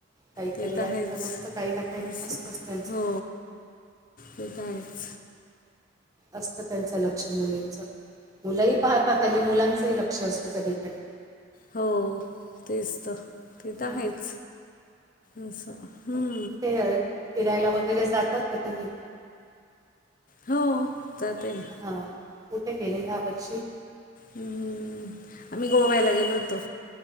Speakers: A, on the right; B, on the left.
A: काहीतरी
B: ते त
A: असतं
B: हायेच
A: रोजचं काही ना काही
B: असं,
A: असतंच त्यांचं
B: हो ते त हायेच
A: असतं त्यांचं लक्ष मुलींच, मुलही पाहतात हल्ली मुलांचंही लक्ष असतं सगळीकडे.
B: हो तेच त, ते त
A: हो ना
B: हायेच असं. हूं
A: ते, फिरायला वगैरे जातात का तुम्ही?
B: हो जातोय ना
A: हा, कुठे गेले ह्या वर्षी?
B: हम्म, आम्ही गोव्याला गेलो होतो.